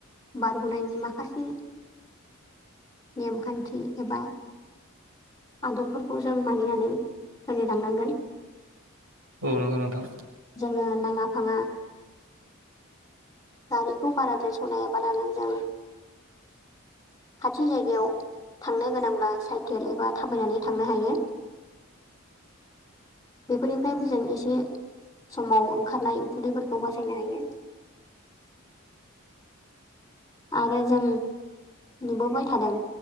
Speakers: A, on the left; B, on the right.
A: बारग'नायनि माखासे नेमखान्थि एबा आदबफोरखौ जों मानिनानै सोलिलांनांगोन
B: औ नंगौ नोंथां
A: जोङो नाङा फाङा गारिखौ बाराद्राय सालायाबालानो जों
B: <unintelligible>
A: खाथि जायगायाव थांनो गोनांब्ला साइकेल एबा थाबायनानै थांनो हायो। बेफोरनिफ्रायबो जों एसे समाव ओंखारनाय उखुन्दैफोरखौ बासायनो हायो।
B: <unintelligible>
A: आरो जों नुबोबाय थादों